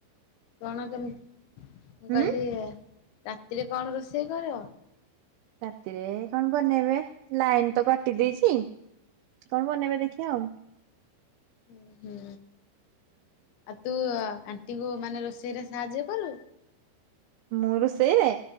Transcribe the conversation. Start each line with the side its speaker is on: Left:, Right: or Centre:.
Left: କଣ କେମିତି ମୁଁ
Right: ହୁଁ
Left: କହିଲି ରାତିରେ କଣ ରୋଷେଇ କର?
Right: ରାତିରେ କଣ ବନେଇବେ ଲାଇନ ତ କଟି ଦେଇଛି। କଣ ବନେଇବେ ଦେଖିବା ଆଉ।
Left: ହଁ ହୁଁ ଆଉ ତୁ ଆଣ୍ଟି କୁ ମାନେ ରୋଷେଇରେ ସାହାଯ୍ୟ କରୁ?
Right: ମୁଁ ରୋଷେଇରେ